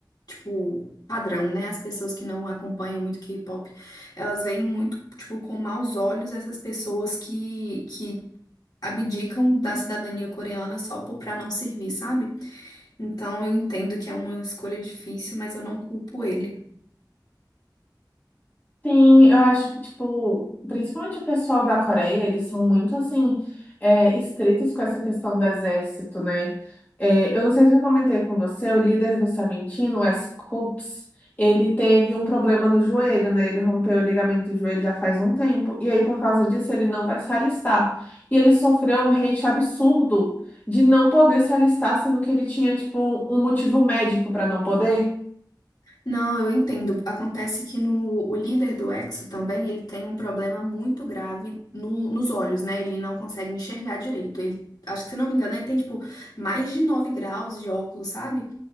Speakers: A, on the left; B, on the left.
A: tipo, padrão, né, as pessoas que não acompanham muito K-pop, elas veem muito, tipo, com maus olhos essas pessoas que, que abdicam da cidadania coreana só por, pra não servir, sabe? Então eu entendo que é uma escolha difícil, mas eu não culpo ele.
B: Sim, eu acho que, tipo, principalmente o pessoal da Coreia, eles são muito, assim, é, estritos com essa questão do exército, né? É, eu não sei se eu comentei com você, o líder do Savintino, o S-Corps, ele teve um problema no joelho, né? Ele rompeu o ligamento do joelho já faz um tempo, e aí, por causa disso, ele não vai se alistar. E ele sofreu um hate absurdo de não poder se alistar, sendo que ele tinha, tipo, um motivo médico para não poder.
A: Não, eu entendo. Acontece que no, o líder do Exo também, ele tem um problema muito grave no- nos olhos, né? Ele não consegue enxergar direito. Ele, acho que, se não me engano, ele tem, tipo, mais de 9 graus de óculos, sabe?